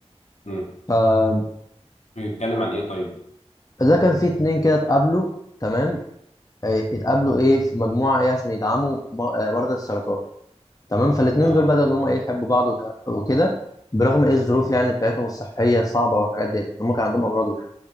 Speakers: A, on the left; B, on the left.
A: امم
B: فده
A: بيتكلم عن ايه طيب
B: كان فيه اتنين كده اتقابلوا تمام آه، اتقابلوا ايه في مجموعه ايه عشان يدعموا م- آه، مرضى السرطان تمام فالاتنين
A: اه
B: دول بدأوا ان هم ايه يحبوا بعض وت- وكده برغم ايه الظروف
A: امم
B: يعني بتاعتهم الصحيه الصعبه والحاجات ديت يعني هم كان عندهم امراض وكده